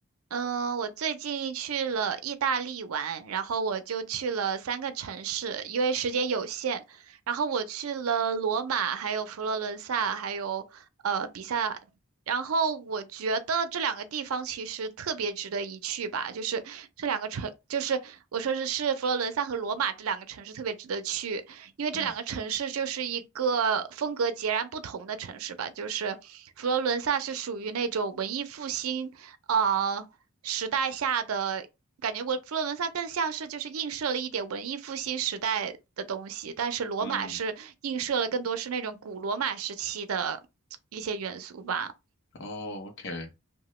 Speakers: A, on the right; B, on the left.
A: 嗯，我最近去了意大利玩，然后我就去了三个城市，因为时间有限，然后我去了罗马，还有佛罗伦萨，还有呃比萨，然后我觉得这两个地方其实特别值得一去吧，就是这两个城，就是我说是是佛罗伦萨和罗马这两个城市特别值得去，因为这两个城市就是一个风格截然不同的城市吧，
B: 嗯
A: 就是佛罗伦萨是属于那种文艺复兴。啊、时代下的感觉文，我佛罗伦萨更像是就是映射了一点文艺复兴时代的东西，但是罗马是映射了更多是那种古罗马时期的一些元素吧。
B: 嗯，哦，OK，